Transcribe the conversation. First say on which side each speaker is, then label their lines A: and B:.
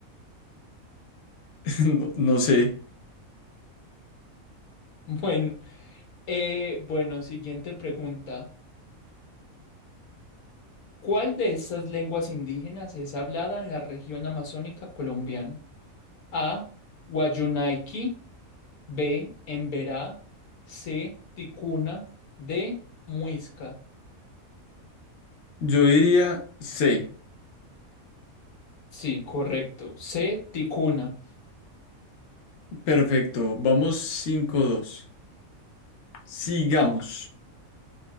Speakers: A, on the left; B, on the left.
A: <laughs> No, no sé.
B: Bueno, eh, bueno, siguiente pregunta. ¿Cuál de estas lenguas indígenas es hablada en la región amazónica colombiana? A. Guayunaiki, B. Emberá, C. Ticuna, D. Muisca.
A: Yo diría C.
B: Sí, correcto. C. Ticuna.
A: Perfecto. Vamos cinco dos. Sigamos.